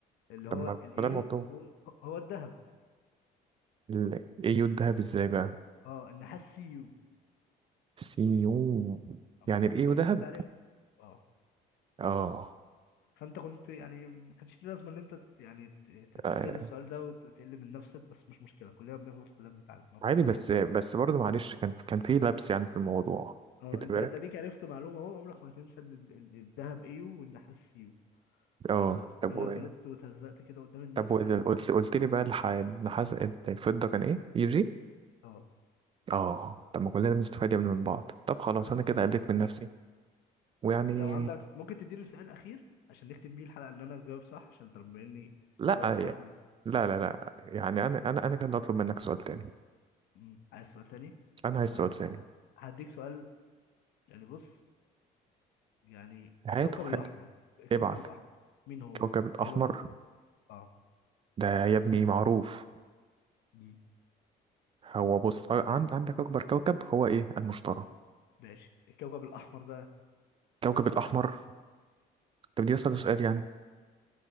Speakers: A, on the left; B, on the right.
A: اللي
B: طب
A: هو
B: ما
A: الايو
B: بدل ما تطور
A: هو هو الذهب
B: ال يو الذهب ازاي بقى
A: اه النحاس سيو
B: سي يو
A: اما
B: يعني
A: انت
B: ال
A: لو في
B: يو
A: الكيمياء
B: ذهب
A: كنت عارف اه
B: اه
A: فانت كنت يعني ما كانش ليه لازمه ان انت ت- يعني ت- ت- تسال
B: آه،
A: السؤال ده وت- وتقل من نفسك بس مش مشكله كلنا بنغلط كلنا بنتعلم انا كنت
B: عادي
A: زيك
B: بس
A: كده
B: بس برضه معلش كان كان في لبس يعني في الموضوع
A: اه
B: خدت
A: انت
B: بالك
A: انت ليك عرفت معلومه اهو عمرك ما هتنسى ان ال- ال- الذهب ايو والنحاس سيو
B: اه
A: خلاص بما
B: طب و...
A: انك غلطت وتهزقت كده قدام الناس
B: طب وإذا
A: ف
B: قلت قلت لي بقى الح... النحاس الفضة كان ايه يجي
A: اه
B: اه طب ما كلنا بنستفاد يا ابني من بعض طب خلاص
A: ايوه
B: انا كده
A: طبعا
B: قلت من نفسي ويعني
A: لو عندك ممكن تديني سؤال اخير عشان نختم بيه الحلقه ان انا اجاوب صح عشان تربيني
B: لا
A: مجاوب الحلقه كلها صح
B: لا لا لا يعني انا انا انا كان اطلب منك سؤال تاني
A: مم. عايز سؤال تاني
B: انا عايز
A: طيب
B: سؤال تاني
A: ه- هديك سؤال يعني بص يعني
B: هاته
A: الكوكب الاحمر
B: هاته
A: الكوكب
B: ابعت
A: الاحمر مين هو
B: كوكب الاحمر
A: ايه هو الكوكب اه
B: ده يا ابني معروف
A: مم.
B: هو بص آه، عن- عندك اكبر كوكب هو ايه المشتري
A: ماشي الكوكب الاحمر بقى
B: كوكب الاحمر طب دي اسال سؤال يعني